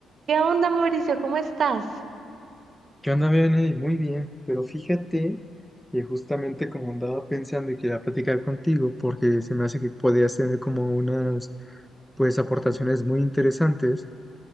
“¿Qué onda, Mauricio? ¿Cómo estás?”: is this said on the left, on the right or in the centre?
Right